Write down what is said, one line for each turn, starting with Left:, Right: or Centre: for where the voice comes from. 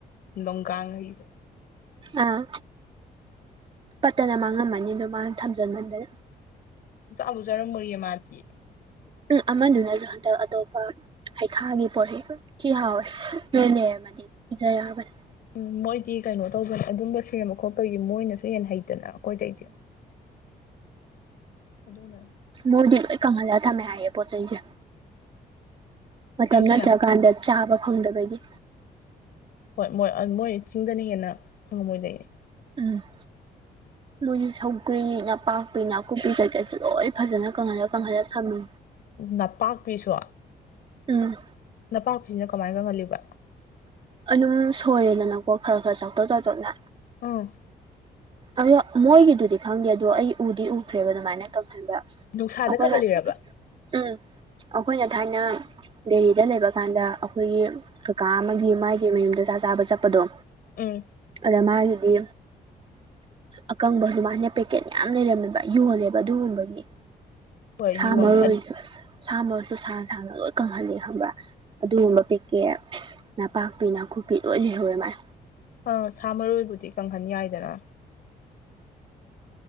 Left: ꯅꯣꯡꯒꯥꯡꯍꯩꯗꯣ
Right: ꯑꯥ ꯄꯠꯇꯅ ꯃꯥꯡꯉꯝꯃꯅꯤ ꯑꯗꯨ ꯃꯥꯅ ꯊꯝꯖꯟꯃꯟꯗꯅ
Left: ꯁꯨꯡꯆꯥꯁꯨ ꯆꯥꯔꯝꯃ‌ꯣꯏꯌꯦ ꯃꯥꯗꯤ
Right: ꯎꯝ ꯑꯃꯗꯨ ꯅꯁꯨ ꯍꯟꯗꯛ ꯑꯇꯣꯞꯄ ꯍꯩꯈꯥꯒꯤ ꯄꯣꯔ‌ꯦ ꯊꯤ ꯍꯥꯎꯋꯦ ꯅ‌ꯣꯏ ꯂꯩꯔꯃꯗꯤ ꯄꯤꯖ ꯌꯥꯕꯅꯤ
Left: ꯎꯝ ꯃꯣꯏꯗꯤ ꯀꯩꯅꯣ ꯇꯧꯕꯅ‌ꯦ ꯑꯗꯨꯝꯕ ꯁꯦꯝꯕ ꯈꯣꯠꯄꯒꯤ ꯃꯣꯏꯅꯁꯨ ꯍꯦꯟꯅ ꯍꯩꯗꯅ ꯑꯩꯈꯣꯏꯗꯩꯗꯤ ꯑꯗꯨꯅ
Right: ꯃꯣꯏꯗꯤ ꯂꯣꯏ ꯀꯪꯍꯜꯂ ꯊꯝꯃꯦ ꯍꯥꯏꯌꯦ ꯄꯣꯠꯆꯩꯁꯦ ꯃꯇꯝ ꯅꯠꯇ꯭ꯔꯀꯥꯟꯗ
Left: ꯀꯌꯥꯝ
Right: ꯆꯥꯕ ꯐꯪꯗꯕꯒꯤ
Left: ꯍꯣꯏ ꯃꯣꯏ ꯃꯣꯏ ꯆꯤꯡꯗꯅ ꯍꯦꯟꯅ ꯐꯪꯉꯝꯃꯣꯏꯗꯩꯅ‌ꯦ
Right: ꯎꯝ
Left: <unintelligible>
Right: ꯃꯣꯏꯗꯤ ꯁꯧꯒ꯭ꯔꯤ ꯅꯥꯄꯥꯛꯄꯤ ꯅꯥꯀꯨꯞꯄꯤ ꯀꯩꯀꯩꯁꯨ ꯂꯣꯏ ꯐꯖꯅ ꯀꯪꯍꯜꯂ ꯀꯪꯍꯜꯂ ꯊꯝꯃꯤ
Left: ꯅꯄꯥꯛꯄꯤꯁꯨ
Right: ꯎꯝ
Left: ꯅꯄꯥꯛꯄꯤꯁꯤꯅ ꯀꯃꯥꯏꯟ ꯀꯪꯍꯜꯂꯤꯕ
Right: ꯑꯗꯨꯝ ꯁꯣꯏꯔꯦꯗꯅꯀꯣ ꯈꯔ ꯈꯔ ꯆꯥꯎꯇꯛ ꯆꯥꯎꯇꯛꯅ
Left: ꯎꯝ
Right: ꯑꯗꯣ ꯃꯣꯏꯒꯤꯗꯨꯗꯤ ꯈꯪꯗꯦ ꯑꯗꯣ ꯑꯩ ꯎꯗꯤ ꯎꯈ꯭ꯔꯦꯕ ꯑꯗꯨꯃꯥꯏꯅ ꯀꯪꯍꯟꯕ
Left: ꯅꯨꯡꯁꯥꯗ
Right: ꯑꯩꯈꯣꯏꯅ
Left: ꯀꯪꯍꯜꯂꯤꯔꯕ
Right: ꯎꯝ ꯑꯩꯈꯣꯏꯅ ꯊꯥꯏꯅ ꯗꯦꯂꯤꯗ ꯂꯩꯕ ꯀꯥꯟꯗ ꯑꯩꯈꯣꯏꯒꯤ ꯀꯀꯥ ꯑꯃꯒꯤ ꯃꯥꯒꯤ ꯃꯌꯨꯝꯗ ꯆꯥꯛ ꯆꯥꯕ ꯆꯠꯄꯗꯣ
Left: ꯎꯝ
Right: ꯑꯗ ꯃꯥꯒꯤꯗꯤ ꯑꯀꯪꯕ ꯑꯗꯨꯃꯥꯏꯅ ꯄꯦꯛꯀꯦꯠ ꯃꯌꯥꯝ ꯂꯩꯔꯝꯃꯦꯕ ꯌꯣꯜꯂꯦꯕ ꯑꯗꯨꯒꯨꯝꯕꯒꯤ
Left: ꯍꯣꯏ
Right: ꯁꯥ
Left: ꯌꯣꯟꯕ
Right: ꯃꯔꯣꯏꯁꯨ ꯁꯥ ꯃꯔꯣꯏꯁꯨ ꯁꯥꯡ ꯁꯥꯡꯅ ꯂꯣꯏ ꯀꯪꯍꯜꯂꯤ ꯈꯪꯕ꯭ꯔꯥ ꯑꯗꯨꯒꯨꯝꯕ ꯄ‌ꯦꯛꯀꯦꯠ ꯅꯄꯥꯛꯄꯤ ꯅꯥꯀꯨꯞꯄꯤ ꯂꯣꯏ ꯂꯩꯍꯧꯋꯦ ꯃꯥꯥꯏ
Left: ꯑꯥ ꯁꯥ ꯃꯔꯣꯏꯕꯨꯗꯤ ꯀꯪꯍꯟ ꯌꯥꯏꯗꯅ